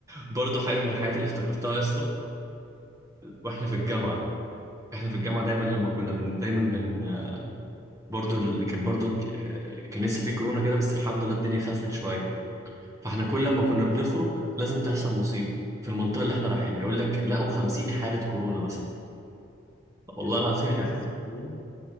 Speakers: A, on the right; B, on the left.
A: برضه حاجه من الحاجات اللي افتكرتها يا اسطى واحنا في الجامعه احنا في الجامعه دايما لما كنا بن... دايما بن برضه ال... كان برضه ك- كان لسه في كورونا كده بس الحمد لله الدنيا خفت شويه فاحنا كل ما كنا بنخرج لازم تحصل مصيبه في المنطقه اللي احنا رايحينها يقول لك لقوا 50 حاله كورونا مثلا والله
B: كان
A: العظيم
B: في
A: احنا
B: حادث
A: كنا
B: كورونا